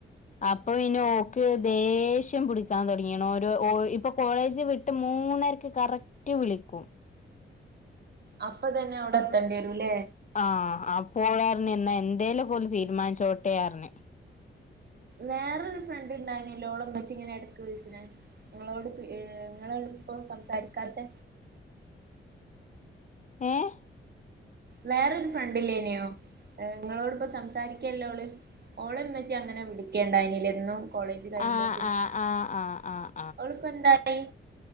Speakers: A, on the left; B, on the right.
A: അപ്പൊ പിന്നെ ഓക്ക് ദേഷ്യം പിടിക്കാൻ തോടഗികുന്നു ഒരേ ഓ ഇപ്പ കോളേജ് വി ട് മൂന്നരക്ക് കറക്റ്റ് വിളിക്കും
B: അപ്പൊ തന്നെ അവിടെ എത്തേണ്ടിരുംല്ലേ
A: ആഹ് അപ്പോ ഓള് റിഞ് എന്തേലൊക്കെ ഓൽ തീരുമാനിച്ചോട്ടെ അറിഞ്
B: വേറരു ഫ്രണ്ട് ഉണ്ടായിന ഓളെ ളം ഇമ്മച്ചി ഇങ്ങനെടക്ക് വിളിച്ചണ നിങ്ങളോട് നിങ്ങളോട് ഇപ്പോ സംസാരിക്കാത്തെ
A: ഏഹ്
B: വേറൊരു ഫ്രണ്ടില്ലേനോ നിങ്ങളോട്പ്പം സംസാരിക്കല്ലോള് ഓള്ന്ന് വെച്ചാ അങ്ങനെ വിളിക്കേണ്ടായിന്യു കോളേജിൽ കഴിയുമ്പോത്തിന്
A: ആഹ് ആഹ് ആഹ് ആഹ് ആഹ്
B: അവളിപ്പോ എന്തായി